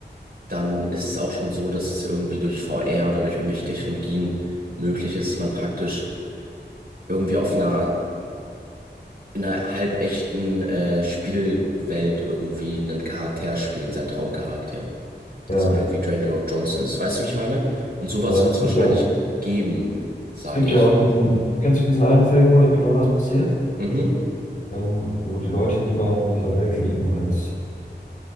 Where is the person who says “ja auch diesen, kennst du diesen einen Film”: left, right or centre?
Left